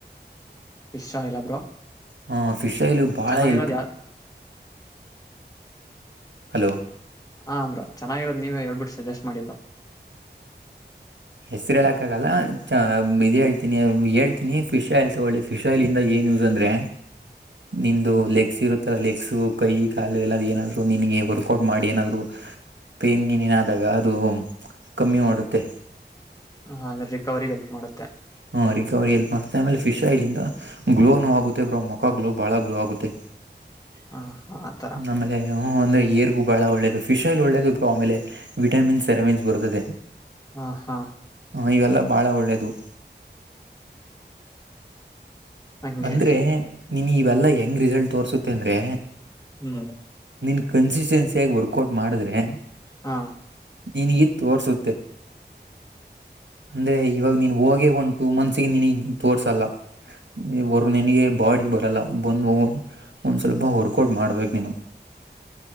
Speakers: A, on the left; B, on the right.
A: <unintelligible> ಷಾ ಇಲ್ಲ ಬ್ರೋ
B: ಹಾ ಫಿಶ್ಲು ಬಾಳ
A: ಚೆನ್ನಾಗಿರೋದು
B: ಎಲ್ಪು
A: ಯಾ
B: ಹಲೋ
A: ಹ ಬ್ರಾ ಚೆನ್ನಾಗಿರೋದ್ ನೀವ ಹೇಳ್ಬಿಟ್ಟು ಸಜೆಸ್ಟ್ ಮಾಡಿ ಬ್ರೋ
B: ಹೆಸ್ರು ಹೇಳಕಾಗಲ್ಲ ಇ್ ಹೇಳ್ತಿನಿ ಹೇಳ್ತೀನಿ ಫಿಶ್ ಆಯಿಲ್ ತಗೊಳ್ಳಿ ಫಿಶ್ ಆಯಿಲ್ಂದ ಏನ್ ನ್ಯೂಸ್ ಅಂದ್ರೆ ನಿಂದು ಲೆಗ್ಸ್ ಇರುತ್ತಲ್ಲ ಲೆಗ್ಸ್ ಕೈ ಕಾಲು ಎಲ್ಲ ಏನಾದ್ರು ನಿನಗೆ ವರ್ಕೌಟ್ ಮಾಡಿ ಏನಾದ್ರು ಪೇನ್ ಗಿನಿನ್ ಆದಾಗ ಅದು ಕಮ್ಮಿ ಮಾಡುತ್ತೆ
A: ಹ ಅಂದ್ರೆ ರಿಕವರಿಗ್ ಎಲ್ಪ್ ಮಾಡುತ್ತೆ
B: ಹಾ ರಿಕವರಿ ಎಲ್ಪ್ ಮಾಡ್ತೆ ಆಮೇಲೆ ಫಿಶ್ ಆಯ್ಲಿಂದ ಗ್ಲೋನು ಆಗುತ್ತೆ ಬ್ರೋ ಮ ಮುಖ ಗ್ಲೋ ಬಾಳ ಗ್ಲೋ ಆಗುತ್ತೆ
A: ಹ ಹಾ ಆತರ
B: ಆಮೇಲೆ ಹ ಅಂದ್ರೆ ಏರ್ಗೂ ಬಹಳ ಒಳ್ಳೇದು ಫಿಶಲ್ಲಿ ಒಳ್ಳೇದುಬ್ರು ಆಮೇಲೆ ವಿಟಮಿನ್ಸ್ ಸೆರಮಿನ್ಸ್ ಬರುತ್ತದೆ
A: ಹಾ ಹಾ
B: ಹ ಇವೆಲ್ಲ ಬಹಳ ಒಳ್ಳೇದು <inaudible>
A: ಹಂಗೆ
B: ಅಂದ್ರೆ ನೀನ್ ಇವೆಲ್ಲಾ ಹೆಂಗ್ ರಿಸಲ್ಟ್ ತೋರ್ಸುತ್ತೆ ಅಂದ್ರೆ
A: ಹ್ಮ್
B: ಇನ್ ಕನ್ಸಿಸ್ಟೆನ್ಸಿಯಾಗಿ ವರ್ಕೌಟ್ ಮಾಡಿದ್ರೆ
A: ಹಾ
B: ನಿನಿಗಿ <unintelligible> ತೋರಿಸುತ್ತೆ ಅಂದ್ರೆ ಇವಾಗ ನೀನ್ ಹೋಗಿ ಒಂದು ಟು ಮಂತ್ಸಿಗೆ ನೀನ್ ತೋರ್ಸಲ್ಲ ಹೊರ್ಗ ನನ್ಗೆ ಬಾಡಿ ಬರಲ್ಲ ಬಂದು ಒಂದ್ ಸ್ವಲ್ಪ ವರ್ಕೌಟ್ ಮಾಡ್ಬೇಕು ನೀನು